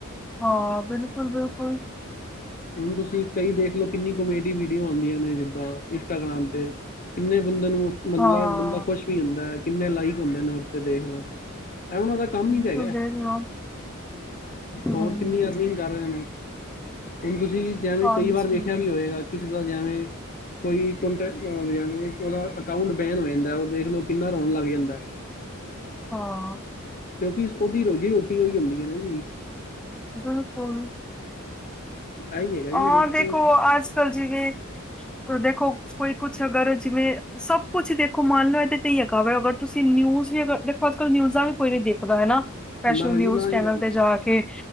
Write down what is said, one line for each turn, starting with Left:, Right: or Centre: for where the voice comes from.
Centre: ਹਾਂ ਬਿਲਕੁਲ- ਬਿਲਕੁਲ
Left: ਹੁਣ ਤੁਸੀਂ, ਕਈ ਦੇਖ ਲਓ, ਕਿੰਨੀ ਕਮੇਡੀ ਵੀਡੀਓ ਆਉਂਦੀਆਂ ਨੇ, ਜਿੱਦਾਂ ਇੰਸਟਾਗ੍ਰਾਮ ਤੇ ਕਿੰਨੇ ਬੰਦੇ ਨੂੰ ਮਤਲਬ
Centre: ਹਾਂ
Left: ਬੰਦਾ ਕੁਸ਼ ਵੀ ਹੁੰਦਾ ਏ, ਕਿੰਨੇ ਲਾਈਕ ਹੁੰਦੇ ਨੇ, ਉੱਦੇ ਦੇਖ ਲਓ, ਐ ਉਹਨਾਂ ਦਾ ਕੰਮ
Centre: ਬਿਲਕੁਲ
Left: ਹੀ ਤੇ ਹੈਗਾ,
Centre: ਦੇ ਰਹੀ ਹਾਂ ਹਮ,
Left: ਹੋਰ ਕਿੰਨੀ ਅਰਨਿੰਗ ਕਰ ਰਹੇ ਨੇ ਹੁਣ ਤੁਸੀਂ ਜਿਵੇਂ,
Centre: ਹਾਂਜੀ
Left: ਕਈ ਵਾਰ ਵੇਖਿਆ ਵੀ ਹੋਏਗਾ, ਕਿਸੇ ਦਾ ਜਿਵੇਂ ਕੋਈ ਕੋਨਟੇਯਸ ਹੋਵੇ, ਉਦਾ ਅਕਾਊਂਟ ਬੈਨ ਹੋ ਜਾਂਦਾ, ਉਹ ਦੇਖ ਲੋ, ਕਿੰਨਾ ਰੋਣ ਲੱਗ ਜਾਂਦਾ
Centre: ਹਾਂ।
Left: ਕਿਉਂਕਿ, ਉਹਦੀ ਰੋਜ਼ੀ -ਰੋਟੀ ਉਹੀ ਹੁੰਦੀ ਐ ਨਾ ਜੀ
Centre: ਬਿਲਕੁਲ!
Left: ਇਹੀ ਹੈਗਾ ਜੀ
Centre: ਆ
Left: ਵੇਖੋ
Centre: ਦੇਖੋ ਅੱਜ- ਕੱਲ ਜਿਵੇਂ ਹੁਣ ਦੇਖੋ ਕੋਈ ਕੁਛ ਅਗਰ ਜਿਵੇਂ, ਸਭ ਕੁਛ ਦੇਖੋ ਮੰਨ ਲਓ ਇਹਦੇ ਤੇ ਹੈਗਾ, ਅਗਰ ਤੁਸੀਂ ਨਿਊਜ਼ ਵੀ ਅੱਜ -ਕਲ੍ਹ ਨਿਊਜ਼ਾਂ ਵੀ ਕੋਈ ਨੀ ਦੇਖਦਾ ਹਨਾ, ਸਪੈਸ਼ਲ
Left: ਨਾ
Centre: ਨਿਊਜ਼
Left: ਜੀ ਨਾ
Centre: ਚੈਨਲ
Left: ਜੀ ਨਾ ਜੀ।
Centre: ਤੇ ਜਾ ਕੇ